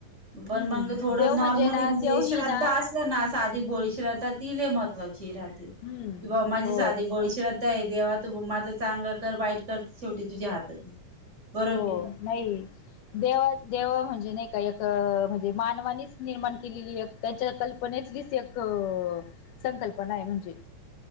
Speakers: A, on the right; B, on the left.
A: पण
B: हम्म
A: मग थोडं.
B: देव
A: नॉर्मली
B: ना
A: म्हणजे,
B: देव
A: श्रद्धा
B: ही ना
A: असल ना साधी भोळी श्रद्धा ती लई महत्वाची. राहते किंवा
B: हम्म
A: माझी
B: हो
A: साधी बोळी श्रद्धा आहे, देव्हा तू माझंच. चांगलं कर, वाईट कर, शेवटी तुझ्या हातात. बरोबर
B: हो
A: की
B: नाही देवा देव म्हणजे नाही. काही एक म्हणजे मानवानीच निर्माण केलेली एक त्यांच्या कल्पनेतलीच एक. संकल्पना आहे म्हणजे.